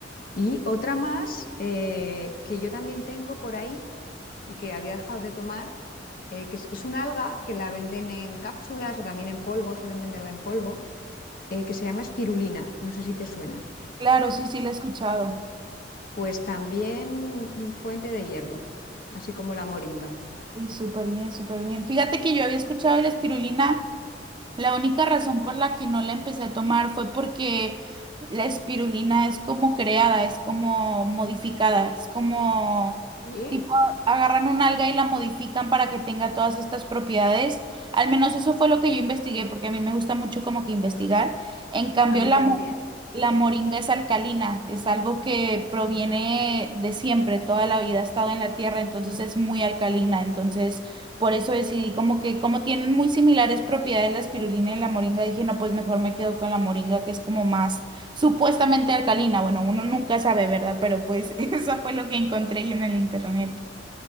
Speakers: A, on the left (about 55°); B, on the right (about 25°).
A: Y otra más eh, que yo también tengo por ahí y que había dejado de tomar, eh, que es, es una alga que la venden en cápsulas o también en polvo, suelen venderla en polvo, eh, que se llama espirulina. No sé si te suena.
B: Claro, sí, sí, lo he escuchado.
A: Pues también mm, fuente de hierro, así como la moringa.
B: Sí, súper bien, súper bien. Fíjate que yo había escuchado de la espirulina La única razón por la que no la empecé a tomar fue porque la espirulina es como creada, es como modificada, es como
A: ¿Y?
B: tipo agarran un alga y la modifican para que tenga todas estas propiedades. Al menos eso fue lo que yo investigué, porque a mí me gusta mucho como que investigar. En cambio,
A: A mí
B: la,
A: también.
B: mo- la moringa es alcalina, es algo que proviene de siempre, toda la vida ha estado en la tierra, entonces es muy alcalina, entonces por eso decidí como que, como tienen muy similares propiedades la espirulina y la moringa, dije, no, pues mejor me quedo con la moringa, que es como más supuestamente alcalina. Bueno, uno nunca sabe, ¿verdad? Pero pues <laughs> eso fue lo que encontré yo en el internet.